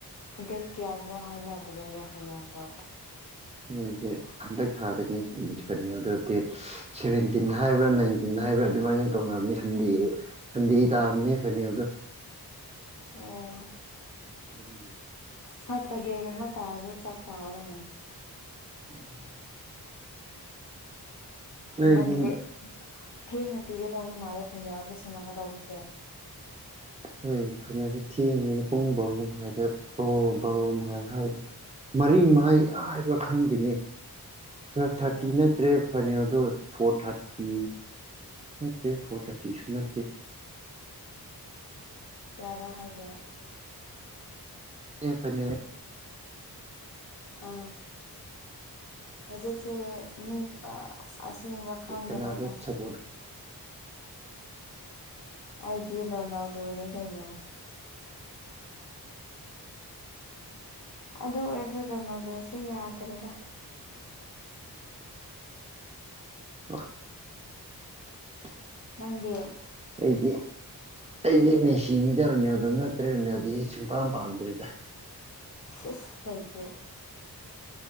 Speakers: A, on the left; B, on the right.
A: ꯗꯦꯠ ꯀꯌꯥꯗꯅꯣ ꯍꯥꯏꯅꯕꯅꯤꯅꯦ ꯐꯩꯅꯥꯜꯗꯣ
B: ꯃꯣꯏꯁꯦ ꯍꯟꯗꯛ ꯊꯥꯗꯅꯤ ꯑꯗꯨ ꯗꯦꯠ ꯁꯚꯦꯟꯇꯤꯟ ꯍꯥꯏꯕ꯭ꯔꯥ ꯅꯥꯏꯟꯇꯤꯟ ꯍꯥꯏꯕ꯭ꯔꯥ ꯑꯗꯨꯃꯥꯏꯅ ꯇꯅꯦꯟꯗꯦ ꯁꯟꯗꯦ ꯇꯥꯕꯅꯦ ꯐꯅꯦꯗꯣ
A: ꯑꯣ
B: ꯑꯗꯨꯥꯏ
A: ꯁꯠꯇ ꯗꯦꯒꯨꯝꯕ ꯇꯥꯔꯗ ꯆꯔ
B: ꯎꯝ ꯅꯣꯏꯗꯤ
A: ꯃꯗꯦ ꯊꯦꯡꯅ ꯄꯤꯒꯦ ꯇꯧꯕ ꯃꯥꯜꯂꯦ ꯐꯩꯅꯥꯜ ꯆ ꯁꯃꯒ ꯇꯧꯕꯁꯦ
B: ꯍꯣꯏ ꯐꯅꯁꯨ ꯊꯦꯡꯉꯅꯤꯅ ꯄꯨꯡ ꯕꯥꯔꯣ ꯍꯥꯏꯗ ꯑꯣ ꯕꯔꯣ ꯃꯈꯥꯏ ꯍꯥꯏꯕ꯭ꯔ ꯃꯔꯤ ꯃꯍꯥꯏ ꯍꯥꯏꯕ꯭ꯔꯥ ꯈꯪꯗꯦꯅꯤ ꯇꯨꯋꯦꯜꯞ ꯊꯥꯔꯇꯤ
A: ꯑꯣ
B: ꯅꯠꯇ꯭ꯔꯦ ꯐꯅꯗꯣ ꯐꯣꯔ ꯊꯥꯔꯇꯤ ꯅꯠꯇꯦ ꯐꯣꯔ ꯊꯥꯔꯇꯤ ꯇꯌꯁꯨ ꯅꯠꯇꯦ
A: ꯀꯌꯗ ꯍꯥꯏꯕꯔꯥ
B: ꯌꯦ ꯐꯅꯦ
A: ꯑ ꯍꯧꯖꯤꯛꯁꯦ ꯃꯤ ꯑ ꯑꯁꯦꯡꯕ ꯈꯪꯗꯕ
B: ꯀꯅꯥꯗ
A: ꯑꯃ
B: ꯁꯞꯄꯣꯔꯠ
A: ꯑꯩꯗꯤ ꯔꯣꯅꯥꯎꯗꯣꯅꯦ ꯀꯥꯏꯩꯅꯣ ꯑꯗꯣ ꯑꯣꯔꯖ ꯔꯣꯅꯥꯜꯗꯣ ꯁꯦ ꯌꯥꯗꯔ꯭ꯦꯗꯥ
B: <inaudible>
A: ꯅꯪꯗꯤ
B: ꯑꯩꯗꯤ ꯑꯩꯗꯤ ꯃꯦꯁꯤꯅꯤꯗ ꯔꯣꯅꯥꯂꯗꯣ ꯅꯠꯇꯔ꯭ꯦ ꯔꯣꯅꯥꯂꯗꯣꯗꯤ ꯁꯨꯛꯄꯥꯝ ꯄꯥꯝꯗ꯭ꯔꯤꯗ
A: ꯁꯤꯁ ꯀꯩꯒꯤ